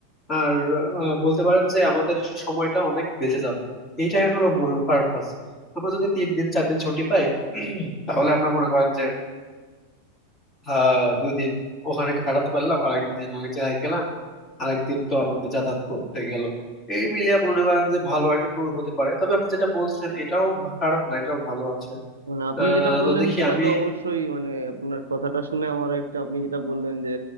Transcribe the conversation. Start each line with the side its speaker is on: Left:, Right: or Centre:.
Left: আর আহ, বলতে পারেন যে আমাদের সময়টা অনেক বেঁচে যাবে এইটাই হলো মূল পারপাস আমরা যদি তিন দিন চার দিন ছুটি পাই <clears throat> তাহলে আমরা মনে করেন যে আহ দুই দিন ওখানে কাটাতে পারলাম আরেকদিন আরেক জায়গায় গেলাম আরেকদিন তো আমাদের যাতায়াত করতে গেল এই মিলিয়ে মনে করেন যে ভালো একটা ট্যুর হতে পারে তবে আপনি যেটা বলছেন এটাও খারাপ না এটাও ভালো আছে
Right: মানে আপনি
Left: আহ
Right: যেটা বললেন
Left: তো দেখি
Right: সেটা
Left: আমি
Right: তো অবশ্যই মানে আপনার কথাটা শুনে আমার একটা আপনি যেটা বললেন যে